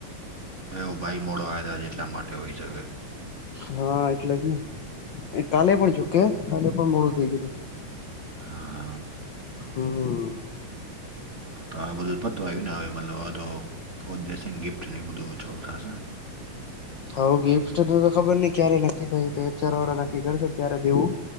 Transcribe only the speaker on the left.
હા એટલે જ ને, એ કાલે પણ જોકે કાલે પણ મોડું થઈ ગય હતું.
હમ્મ.
હા ગિફ્ટ તો ખબર નઈ ક્યારે નક્કી થય ચાર વાળા નક્કી કરશે ક્યારે દેવું.